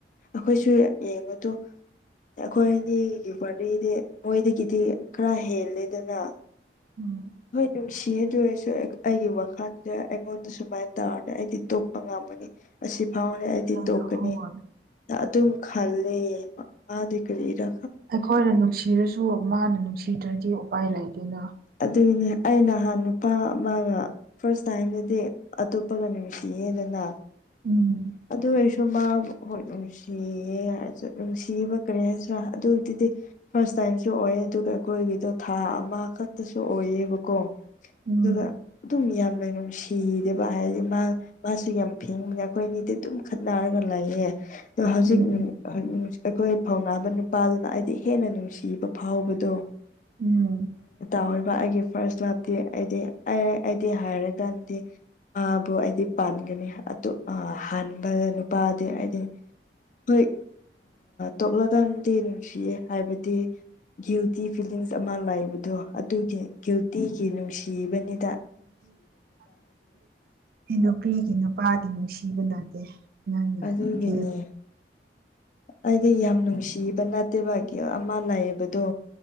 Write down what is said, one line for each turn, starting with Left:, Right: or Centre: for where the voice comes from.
Left: ꯑꯩꯈꯣꯏꯁꯨ ꯌꯦꯡꯉꯨꯗꯣ ꯑꯩꯈꯣꯏ ꯑꯅꯤꯒꯤ ꯋꯥꯔꯤꯗꯤ ꯃꯣꯏꯗꯒꯤꯗꯤ ꯈꯔ ꯍꯦꯜꯂꯦꯗꯅ
Right: ꯎꯝ
Left: ꯅꯨꯡꯁꯤ ꯑꯗꯨ ꯑꯣꯏꯔꯁꯨ ꯑꯩꯒꯤ ꯋꯥꯈꯜꯗ ꯑꯩꯉꯣꯟꯗ ꯁꯨꯃꯥꯏ ꯇꯧꯔꯗꯤ ꯑꯩꯗꯤ ꯇꯣꯛꯄ ꯉꯝꯒꯅꯤ ꯑꯁꯤ ꯍꯥꯎꯔꯦ ꯑꯩꯗꯤ
Right: ꯍꯣꯏ
Left: ꯊꯣꯛꯀꯅꯤ ꯑꯗꯨꯝ ꯈꯜꯂꯦ ꯃꯥꯗꯤ ꯀꯔꯤꯔ
Right: ꯑꯩꯈꯣꯏꯅ ꯅꯨꯡꯁꯤꯔꯁꯨ ꯃꯥꯅ ꯅꯨꯡꯁꯤꯗ꯭ꯔꯗꯤ ꯎꯄꯥꯏ ꯂꯩꯇꯦꯅ
Left: ꯑꯗꯨꯏꯅꯦ ꯑꯩ ꯅꯍꯥꯟ ꯅꯨꯄꯥ ꯃꯥꯒ ꯐꯥꯔꯁ ꯇꯥꯏꯝꯗꯗꯤ ꯑꯇꯣꯞꯄꯒ ꯅꯨꯡꯁꯤ ꯌꯦꯗꯅ
Right: ꯎꯝ
Left: ꯑꯗꯨ ꯑꯣꯏꯔꯁꯨ ꯃꯥ ꯍꯣꯏ ꯅꯨꯡꯁꯤꯌꯦ ꯍꯥꯏꯔꯁꯨ ꯅꯨꯡꯁꯤꯕ ꯀꯔꯤ ꯍꯥꯏꯁꯤꯔꯥ ꯑꯗꯨꯗꯨꯗꯤ ꯐꯥꯔꯁ ꯇꯥꯏꯝꯁꯨ ꯑꯣ ꯑꯣꯌꯦ ꯑꯗꯨꯒ ꯑꯩꯈꯣꯏꯒꯤꯗꯨ ꯊꯥ ꯑꯃꯥ ꯈꯛ ꯇꯁꯨ ꯑꯣꯏꯌꯦꯕꯀꯣ
Right: ꯎꯝ
Left: ꯑꯗꯨꯒ ꯑꯗꯨꯝ ꯌꯥꯝ ꯂꯩ ꯅꯨꯡꯁꯤꯗꯦꯕ ꯍꯥꯏꯔꯗꯤ ꯃꯥ ꯃꯥꯁꯨ ꯌꯥꯝ ꯐꯤꯡꯕꯅꯦ ꯑꯩꯈꯣꯏ ꯑꯅꯤꯗꯤ ꯑꯗꯨꯝ ꯈꯠꯅꯔꯒ ꯂꯩꯌꯦ ꯑꯗꯣ ꯍꯧꯖꯤꯛ
Right: ꯎꯝ
Left: ꯅꯨ ꯑꯩꯈꯣꯏ ꯐꯧꯅꯥꯅꯕ ꯅꯨꯄꯥꯗꯨꯅ ꯑꯩꯗꯤ ꯍꯦꯟꯅ ꯅꯨꯡꯁꯤꯕ ꯐꯥꯎꯕꯗꯣ
Right: ꯎꯝ
Left: ꯌꯥꯔꯤꯕ ꯑꯩꯒꯤ ꯐꯥꯔꯁ ꯂꯚꯇꯤ ꯑꯩꯗꯤ ꯑꯩ ꯑꯩꯗꯤ ꯍꯥꯏꯔꯀꯥꯟꯗꯤ ꯃꯥꯕꯨ ꯑꯩꯗꯤ ꯄꯥꯟꯒꯅꯤ ꯑꯗꯨ ꯍꯥꯟꯕ ꯅꯨꯄꯥꯗꯤ ꯑꯩꯗꯤ ꯍꯣꯏ ꯇꯣꯛꯂꯀꯥꯟꯗꯤ ꯅꯨꯡꯁꯤꯌꯦ ꯍꯥꯏꯕꯗꯤ ꯒꯤꯜꯇꯤ ꯐꯤꯂꯤꯡꯁ ꯑꯃ ꯂꯥꯛꯕꯗꯣ ꯑꯗꯨꯒꯤ ꯒꯤꯜꯇꯤꯒꯤ ꯅꯨꯡꯁꯤꯕꯅꯤ
Right: INAUDIBLE ꯎꯅꯗꯦ ꯅꯪꯅꯒꯤꯜ
Left: ꯑꯗꯨꯒꯤꯅꯦ ꯑꯩꯗꯤ ꯌꯥꯝ ꯅꯨꯡꯁꯤꯕ ꯅꯠꯇꯦꯕ ꯒꯤ ꯑꯃ ꯂꯩꯌꯦ ꯕꯗꯣ